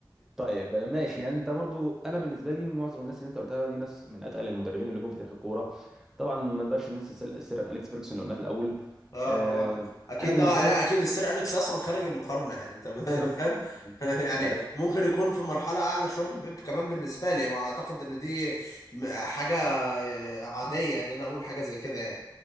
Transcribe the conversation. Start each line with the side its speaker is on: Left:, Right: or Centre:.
Centre: طيب ماشي يعني انت برضو انا بالنسبه لي معظم الناس اللي انت قلتها دي ناس من اتقل المدربين اللي جم في تاريخ الكوره طبعا ما نقدرش ننسى سير سير اليكس فيرجسون اللي قلناه في الاول
Left: اه
Centre: آه
Left: طبعا اكيد
Centre: انا بالنسبه
Left: لا
Centre: لي
Left: لا اكيد السير اليكس اصلا خارج المقارنه يعني انت <laughs>
Centre: بالظبط
Left: فاهم
Centre: بالظبط
Left: يعني
Centre: آه
Left: ممكن يكون في مرحله اعلى شويه من بيب كمان بالنسبه لي ما اعتقد ان دي م- حاجه آه، عاديه ان انا اقول حاجه زي كده يعني